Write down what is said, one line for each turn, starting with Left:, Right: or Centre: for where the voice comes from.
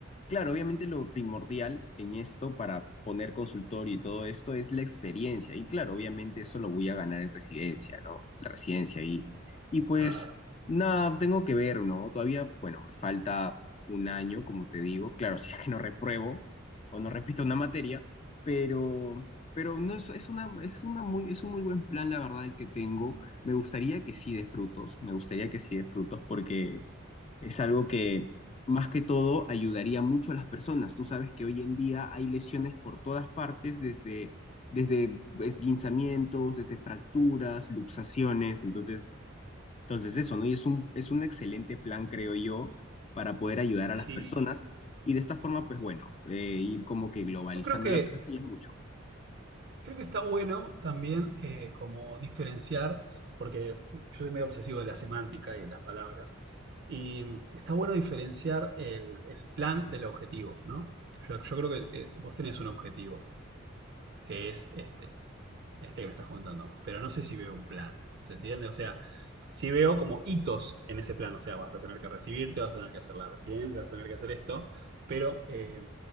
Left: claro, obviamente lo primordial en esto para poner consultorio y todo esto es la experiencia. Y claro, obviamente eso lo voy a ganar en residencia, ¿no? La residencia y, y pues,
Right: Claro.
Left: nada, tengo que ver, ¿no? Todavía, bueno, me falta un año, como te digo. Claro, <laughs> si es que no repruebo o no repito una materia, pero... Pero no es, es una, es una muy, es un muy buen plan, la verdad, el que tengo. Me gustaría que sí de frutos, me gustaría que sí de frutos, porque es, es algo que más que todo ayudaría mucho a las personas. Tú sabes que hoy en día hay lesiones por todas partes, desde, desde esguinzamientos, desde fracturas, luxaciones. Entonces, entonces eso, ¿no? Y es un, es un excelente plan, creo yo, para poder ayudar
Right: Sí.
Left: a las personas. Y de esta forma, pues bueno, eh, ir como que globalizando
Right: Yo creo que
Left: la persona ya es mucho.
Right: Creo que está bueno también eh, como diferenciar, porque yo soy medio obsesivo de la semántica y de las palabras, y mm, está bueno diferenciar el, el plan del objetivo, ¿no? Yo, yo creo que eh, vos tenés un objetivo, que es este, este que me estás comentando, pero no sé si veo un plan. ¿Se entiende? O sea, sí veo como hitos en ese plan. O sea, vas a tener que recibirte, vas a tener que hacer la residencia, vas a tener que hacer esto. Pero eh,